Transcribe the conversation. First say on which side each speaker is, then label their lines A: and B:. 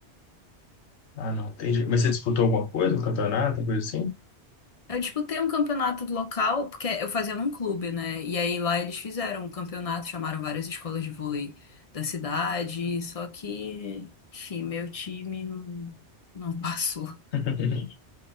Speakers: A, on the left; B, on the left.
A: Ah, não, entendi. Mas você disputou alguma coisa, um campeonato, coisa assim?
B: Eu disputei um campeonato do local, porque eu fazia num clube, né? E aí lá eles fizeram um campeonato, chamaram várias escolas de vôlei da cidade, só que, enfim, meu time não não <laughs> passou.
A: <laughs>